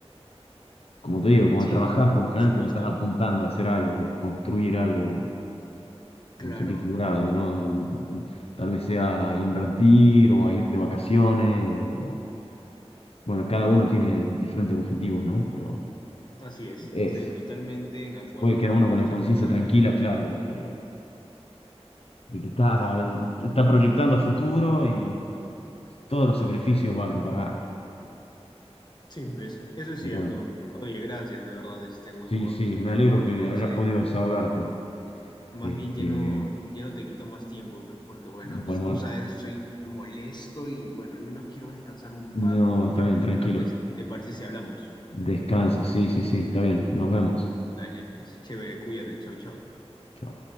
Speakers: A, on the left; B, on the left.
A: como te digo, cuando
B: Sí,
A: trabajás por lo
B: por
A: general
B: supuesto,
A: pues estás apuntando a hacer algo, construir algo
B: claro,
A: en un sentido figurado, ¿no? Tal vez sea invertir o a irte de vacaciones o bueno, cada uno tiene diferentes objetivos, ¿no? Pero
B: así es.
A: eso.
B: Estoy totalmente en acuerdo
A: puede quedar
B: contigo,
A: uno con
B: estoy
A: la conciencia
B: totalmente
A: tranquila,
B: de acuerdo.
A: claro, de que, de que está, está proyectando a futuro y todos los sacrificios valen para algo.
B: Sí, ves, eso es
A: Y
B: cierto.
A: bueno,
B: Oye, gracias de verdad, este buen
A: sí,
B: por,
A: sí, me alegro
B: por los
A: que
B: consejos.
A: hayas podido desahogarte.
B: Más
A: Este,
B: bien ya no, ya no te quito más tiempo, pe- porque bueno,
A: bueno,
B: es- tú sabes, estoy molesto y bueno, al menos quiero descansar un
A: no,
B: rato,
A: está
B: ya
A: bien,
B: mañana,
A: tranquilo.
B: pues, ¿te parece si hablamos?
A: Descansa, sí, sí, sí, está bien. Nos vemos.
B: Dale, pues, chévere, cuídate, chau, chau.
A: Chao.